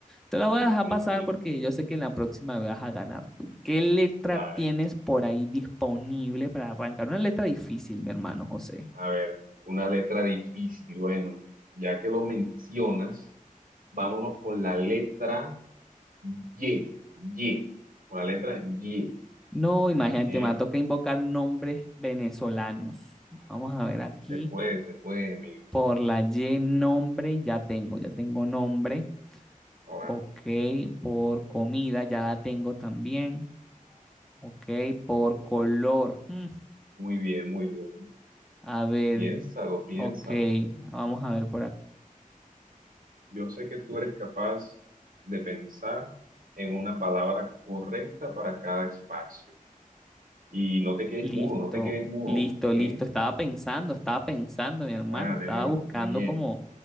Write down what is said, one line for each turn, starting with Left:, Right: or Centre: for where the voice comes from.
Centre: te la voy
Right: Sí,
Centre: a dejar
Right: sí,
Centre: pasar
Right: sí.
Centre: porque yo sé que en la próxima vas a ganar tú. ¿Qué letra
Right: Dale.
Centre: tienes por ahí disponible para arrancar? Una letra difícil, mi hermano José.
Right: A ver, una letra difícil. Bueno, ya que lo mencionas, vámonos con la letra Y. Y. Con la letra Y.
Centre: No, imagínate,
Right: ¿eh?
Centre: me toca invocar nombres venezolanos. Vamos a ver aquí.
Right: Se puede, se puede, amigo.
Centre: Por la Y nombre, ya tengo, ya tengo nombre.
Right: Hola.
Centre: Ok, por comida, ya la tengo también. Ok, por color. hmm,
Right: Muy bien, muy bien.
Centre: A ver,
Right: Piénsalo, piénsalo.
Centre: ok, vamos a ver por aquí.
Right: Yo sé que tú eres capaz de pensar en una palabra correcta para cada espacio. Y no te quedes
Centre: Listo,
Right: mudo, no te quedes mudo,
Centre: listo, listo.
Right: ¿eh?
Centre: Estaba pensando, estaba pensando, mi hermano,
Right: ah
Centre: estaba
Right: Dale, dale,
Centre: buscando
Right: está bien.
Centre: como,
Right: <laughs>